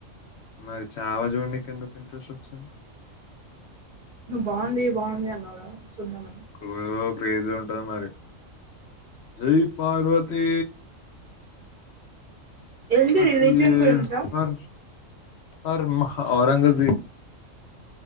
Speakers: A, on the left; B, on the right.
A: మరి చావా చూడ్నికి ఎందుకు ఇంట్రెస్ట్ వచ్చింది
B: నువ్వు బాగుంది బాగుంది అన్నావ్ కదా చూద్దాం
A: ఓ క్రేజ్ ఉంటది మరి జై పార్వతి
B: ఏంది
A: పతియే
B: రిలేషన్ గురించా
A: హర్ హర్ మహ ఔరంగజీబ్